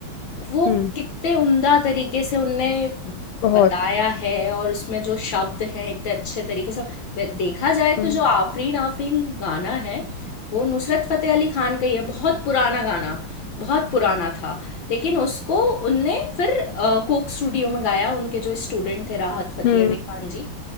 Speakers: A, on the left (about 90°); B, on the left (about 65°).
A: हम्म
B: वो कितने उम्दा तरीके से उनने
A: बहुत
B: बताया है और उसमें जो शब्द हैं इतने अच्छे तरीके से वे- देखा जाए
A: हम्म
B: तो जो आफरीन आफरीन गाना है वो नुसरत फ़तेह अली खान का ही है बहुत पुराना गाना बहुत पुराना था लेकिन उसको उनने फिर अ, कोक स्टूडियो में गाया उनके जो स्टूडेंट थे राहत फ़तेह
A: हम्म
B: अली खान जी